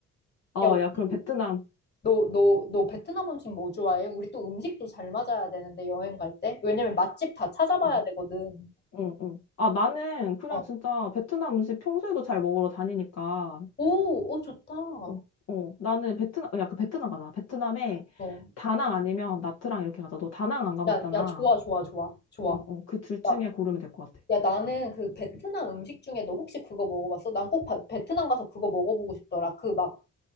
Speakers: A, on the left; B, on the left.
A: 어,
B: 야 우리
A: 야, 그럼 베트남.
B: 너너너 베트남 음식 뭐 좋아해? 우리 또 음식도 잘 맞아야 되는데 여행 갈 때. 왜냐면 맛집 다 찾아봐야
A: 어,
B: 되거든.
A: 응, 응. 아, 나는 그냥
B: 어.
A: 진짜 베트남 음식 평소에도 잘 먹으러 다니니까.
B: 오, 오 좋다.
A: 어, 어, 나는 베트남, 어, 야, 그 베트남 가자. 베트남에
B: 어.
A: 다낭 아니면 나트랑 이렇게 가자. 너 다낭 안 가봤잖아.
B: 야, 야 좋아 좋아 좋아 좋아.
A: 어, 어, 그 둘 중에
B: 야,
A: 고르면 될 것 같아.
B: 야 나는 그 베트남 음식 중에 너 혹시 그거 먹어봤어? 난 꼭 베트남 가서 그거 먹어보고 싶더라. 그 막